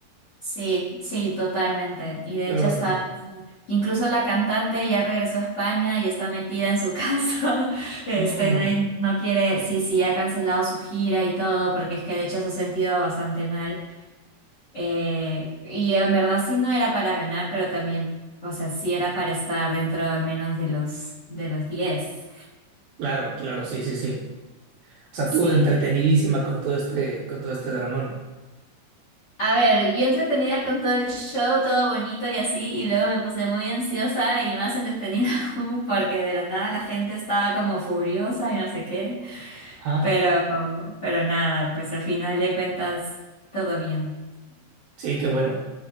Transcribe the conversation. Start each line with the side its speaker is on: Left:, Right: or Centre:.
Left: Sí, sí, totalmente. Y de
Right: Pero,
Left: hecho hasta
Right: mm,
Left: incluso la cantante ya regresó a España y está metida en su casa. <laughs> Este,
Right: no.
Left: no, no quiere, sí, sí, ha cancelado su gira y todo, porque es que de hecho se ha sentido bastante mal. Eh, y en verdad sí no era para ganar, pero también, o sea, sí era para estar dentro al menos de los de los 10.
Right: Claro, claro, sí, sí, sí. O sea,
Left: Sí,
Right: tú entretenidísima con todo este, con todo este dramón.
Left: A ver, yo entretenida con todo el show, todo bonito y así, y luego me puse muy ansiosa y más entretenida <laughs> aún porque de la nada la gente estaba como furiosa y no sé qué,
Right: Ah,
Left: pero, pero nada, pues al final de cuentas todo bien.
Right: sí, qué bueno.